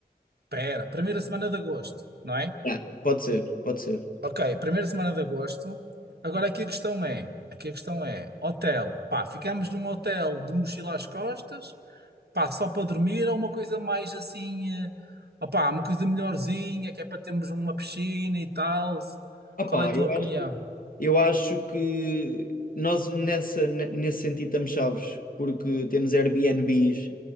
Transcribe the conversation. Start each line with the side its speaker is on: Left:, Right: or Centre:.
Right: Pera, primeira semana de agosto, não é?
Left: Yeah, pode ser, pode ser.
Right: Ok, primeira semana de agosto. Agora
Left: Ok.
Right: aqui a questão é: aqui a questão é, hotel, pá, ficamos num hotel de mochila às costas, pá, só para dormir ou uma coisa mais assim, eh, opá, uma coisa melhorzinha, que é para termos uma piscina e tal.
Left: Opá,
Right: Qual é a
Left: Ok.
Right: tua
Left: eu
Right: opinião?
Left: acho, eu acho que nós nessa, ne- nesse sentido estamos chaves, porque temos Airbnbs,